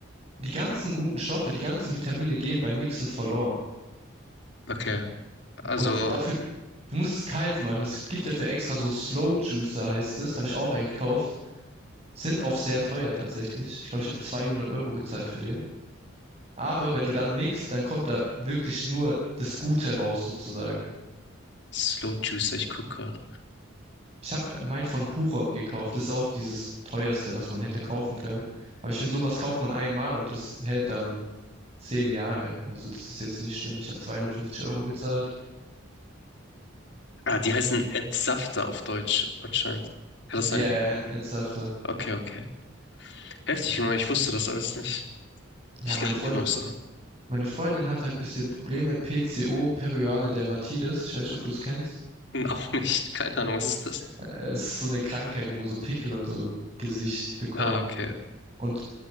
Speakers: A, on the right; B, on the left.
A: die ganzen guten Stoffe, die ganzen Vitamine gehen beim Mixen verloren.
B: okay. Also
A: Und dafür, du musst es kalt machen. Es gibt dafür extra so Slow Juicer heißt es, habe ich auch einen gekauft. Sind auch sehr teuer tatsächlich. Ich glaube, ich habe 200 Euro gezahlt für den. Aber wenn du dann mixt, dann kommt da wirklich nur das Gute raus sozusagen.
B: Slow Juicer, ich guck grad.
A: Ich habe meinen von Hurom gekauft. Das ist auch dieses teuerste, was man hätte kaufen können. Aber ich finde, sowas kauft man einmal und das hält dann zehn Jahre. Also das ist jetzt nicht schlimm. Ich habe 250 Euro gezahlt.
B: Ah, die heißen
A: Okay.
B: Entsafter auf Deutsch anscheinend. Kann das
A: Ja,
B: sein?
A: ja, en- ernsthafter.
B: Okay, okay. Heftig, Junge, ich wusste das alles nicht.
A: Ja,
B: Ich
A: meine
B: lerne
A: Freundin,
B: hier noch Sachen.
A: meine Freundin hat halt bisschen Probleme. PCO, Periale Dermatitis. Ich weiß nicht, ob du es kennst.
B: <laughs> Hm, Auch nicht. Keine Ahnung, was ist das?
A: Äh, Es ist so eine Krankheit, wo man so Pickel und so im Gesicht bekommt.
B: Ah, okay.
A: Und